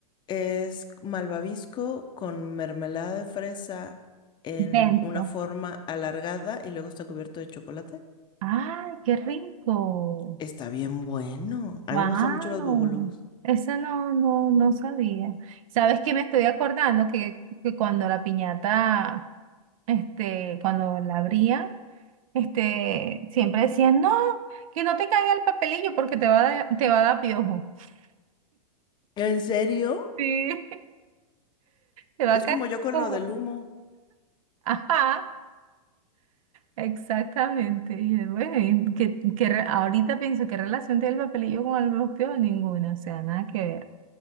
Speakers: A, on the left (about 25°); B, on the right (about 60°).
A: es malvavisco con mermelada de fresa en
B: Dentro.
A: una forma alargada y luego está cubierto de chocolate.
B: ¡Ay, qué rico!
A: Está bien bueno. A
B: ¡Wow!
A: mí me gustan mucho los bubulubus.
B: Eso no, no, no sabía. ¿Sabes qué me estoy acordando? Que, que cuando la piñata, este, cuando la abría, este, siempre decían, no, que no te caiga el papelillo porque te va a, dar- te va a dar piojo. <laughs>
A: ¿En serio?
B: Sí, te va
A: Es
B: a caer
A: como yo con
B: piojo.
A: lo del humo,
B: Ajá. Exactamente. Y eh, bueno, y que, que re- ahorita pienso qué relación tiene el papelillo con el mosqueo, ninguna, o sea, nada que ver.